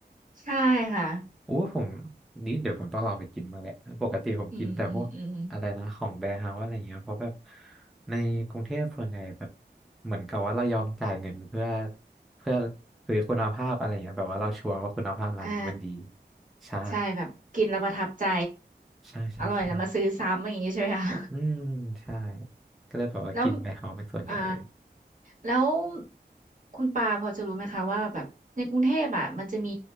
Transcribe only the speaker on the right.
ใช่ค่ะ
อืมอืมอืม
อ่า
ใช่แบบกินแล้วประทับใจ
อร่อยแล้วมาซื้อซ้ำอย่างนี้ใช่ไหมคะ
<laughs> แล้วอ่าแล้วคุณปาพอจะรู้ไหมคะว่าแบบในกรุงเทพอ่ะมันจะมี